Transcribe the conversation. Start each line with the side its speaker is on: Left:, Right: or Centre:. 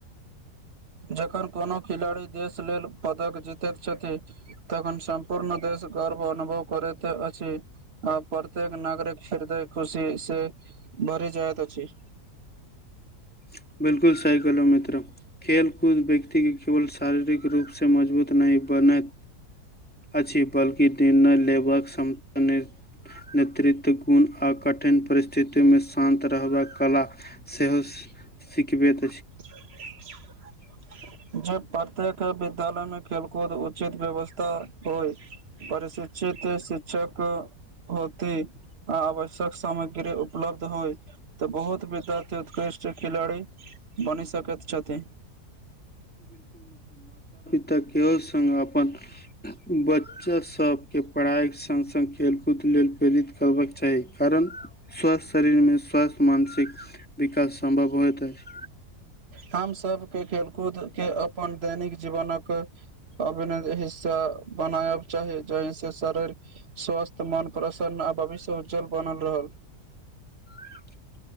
Right: जखन कोनो खिलाड़ी देश लेल पदक जीतैत छथिन तखन सम्पूर्ण देश देश गर्व अनुभव करत अछि आ प्रत्येक नगरक ह्रदय खुशी से भरि जाइत छै
Centre: <inaudible> बिलकुल साइकलो मित्र खेले कूद व्यक्त के केवल शारीरिक रूपसँ मजबूत नहि बनैत अछि बल्कि निर्णय लेबाक क्षमता नेतृत्व गुण आ कठिन परिस्थिति मे शान्त रहबाक कला सेहो <inaudible>
Right: <inaudible>
Centre: <inaudible>
Right: ज प्रतेक विद्यालय में खेलकूद उचित व्यवस्था होइ परशिक्षित त शिक्षक होती आ आवश्यक सामग्री उपलब्ध होइ तऽ बहुत विद्यार्थी उत्कृष्ट राष्ट्री खेलाड़ी बनि सकैत छथि।
Centre: ऽ केह संगङ्ग अपन बच्चास सभके पढ़ाइ संगङ्ग सङ् खेलकूदके लेल प्रेरित करबाकक चाही कारण स्वासस्थ शरीरमे स्वास्थ मानसिक विकास सम्भव होइत अछि
Right: हम सभके खेलकूद के अपन दैनिक जीवनक अभ हिस्सा बनाया चाही जहिसँ शारीरिक स्वास्थ्य मन प्र प्रसन्न आ भविष्य उज्जल बनल होल
Centre: <unintelligible>